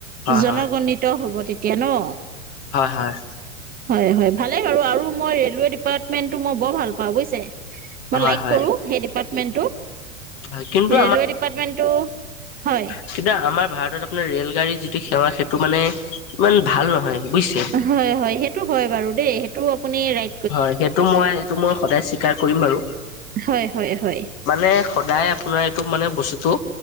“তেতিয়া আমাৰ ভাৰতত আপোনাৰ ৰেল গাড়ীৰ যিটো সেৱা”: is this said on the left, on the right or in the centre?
Left